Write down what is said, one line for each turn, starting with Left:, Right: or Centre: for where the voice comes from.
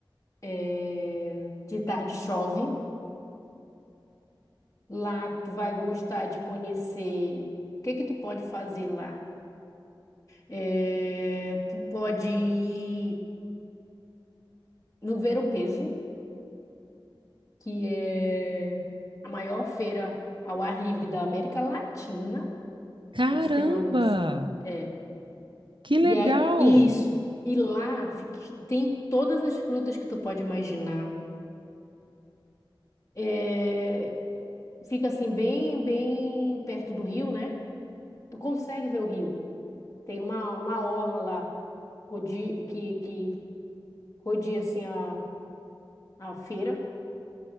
Left: é, de tarde chove. Lá tu vai gostar de conhecer o que que tu pode fazer lá. É, tu pode ir no Ver-o-Peso. que é a maior feira ao ar livre da América Latina,
Right: Caramba,
Left: para te ter uma noção. É.
Right: que legal!
Left: E é isso. E lá fica- tem todas as frutas que tu pode imaginar. É, fica assim bem, bem perto do rio, né? Tu consegue ver o rio. Tem uma, uma orla lá rodi- que, que rodeia assim a, a feira.